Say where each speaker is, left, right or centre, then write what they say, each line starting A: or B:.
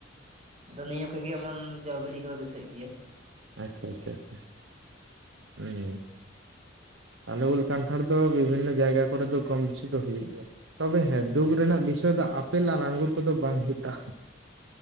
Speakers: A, on the right (about 35°); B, on the right (about 70°).
A: ᱟᱫᱚ ᱱᱤᱭᱟᱹ ᱠᱚᱜᱮ ᱮᱢᱚᱱ ᱡᱚ ᱵᱤᱞᱤ ᱠᱚᱫᱚ ᱫᱤᱥᱟᱹᱜ ᱜᱮᱭᱟ᱾
B: ᱟᱪᱪᱷᱟ ᱟᱪᱪᱷᱟ ᱟᱪᱪᱷᱟ ᱦᱩᱸ᱾ ᱟᱞᱮ ᱩᱞ ᱠᱟᱱᱴᱷᱟᱲ ᱫᱚ ᱵᱤᱵᱷᱤᱱᱱᱚ ᱡᱟᱭᱜᱟ ᱠᱚᱨᱮ ᱫᱚ ᱠᱚᱢ ᱵᱮᱥᱤ ᱫᱚ ᱦᱩᱭᱩᱜ ᱜᱮᱭᱟ᱾ ᱛᱚᱵᱮ ᱦᱮᱸ ᱰᱩᱝ ᱨᱮᱱᱟᱜ ᱵᱤᱥᱚᱭ ᱫᱚ ᱟᱯᱮᱞ ᱟᱨ ᱟᱜᱩᱨ ᱠᱚᱫᱚ ᱵᱟᱝ ᱦᱤᱛᱟ᱾